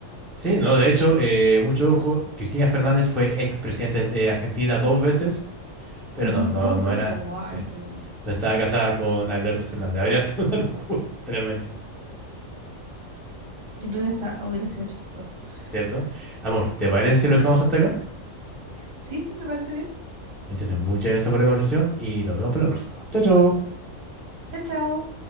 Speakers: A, in the centre; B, on the right (about 80°).
A: Sí, no, de hecho, eh, mucho ojo, Cristina Fernández fue expresidente de Argentina dos veces, pero
B: Ujú,
A: no, no,
B: Dos
A: no
B: veces,
A: era,
B: wow,
A: sí,
B: increíble.
A: no estaba casada con Alberto Fernández. Habría sido <laughs> una locura, realmente.
B: Yo creo que hasta hubiera sido chistoso. <laughs>
A: ¿cierto? Amor, ¿te parece si lo dejamos hasta acá?
B: Sí, me parece bien.
A: Entonces, muchas gracias por la conversación y nos vemos para la próxima. Chao, chao.
B: Chao, chao.